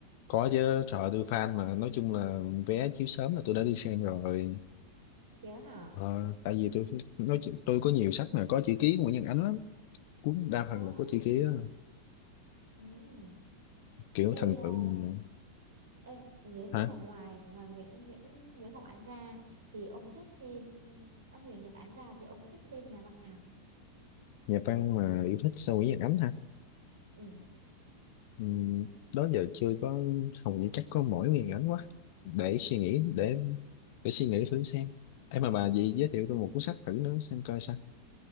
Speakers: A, on the left; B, on the right.
A: có chứ trời ơi, tôi fan mà nói chung là vé chiếu sớm là tôi đã đi xem rồi
B: thiệt hả
A: Ờ, tại vì tôi nói chuyện- tôi có nhiều sách mà có chữ ký của Nguyễn Nhân Ánh lắm cuốn đa
B: ừ
A: phần là có chữ ký á.
B: ừ
A: kiểu
B: Cái
A: thần
B: ờ,
A: tượng
B: ê, nếu như
A: hả
B: mà ngoài ngoài Nguyễn Nguyễn Nguyễn Ngọc Ánh ra thì ông thích thêm à, Nguyễn Nhật Ánh ra thì ông thích thêm nhà văn nào?
A: nhà văn mà yêu thích sao Nguyễn Nhân Ánh hả
B: Ừ.
A: ừ, đó giờ chưa có hầu như chắc có mỗi Nguyễn Nhân Ánh quá để suy nghĩ để để suy nghĩ thử xem em mà bà gì giới thiệu tôi một cuốn sách thử nữa xem coi sao